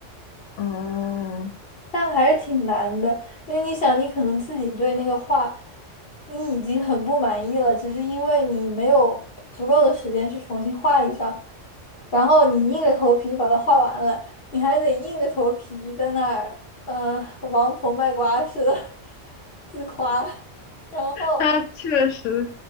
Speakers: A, on the left; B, on the left.
A: 哦，
B: 但还是挺难的，因为你想，你可能自己对那个画，你已经很不满意了，只是因为你没有足够的时间去重新画一张，然后你硬着头皮把它画完了，你还得硬着头皮在那儿呃王婆卖瓜似的 <laughs> 自夸，然后
A: 那确实。